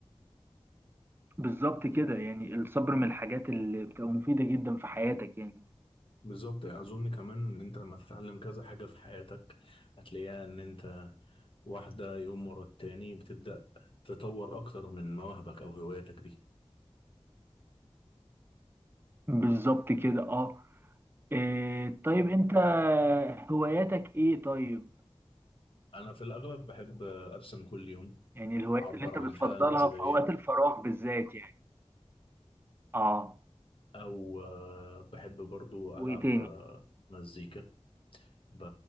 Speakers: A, on the right (about 20°); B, on the left (about 55°).
A: بالظبط كده يعني الصبر من الحاجات اللي بتبقى مفيدة جدا في حياتك يعني
B: بالظبط يعني اظن كمان ان انت لما تتعلم كذا حاجة في حياتك هتلاقيها ان انت واحدة يوم ورا التاني بتبدأ تطور اكتر من مواهبك او هواياتك دي
A: بالظبط كده اه إيه طيب انت هواياتك ايه طيب
B: انا في الاغلب بحب ارسم كل يوم
A: يعني الهوايات
B: اعبر
A: اللي انت
B: عن
A: بتفضلها
B: الحالة المزاجية
A: في اوقات الفراغ بالذات يعني اه
B: او آه، بحب برضو
A: وايه
B: العب
A: تاني
B: آه، مزيكا ب-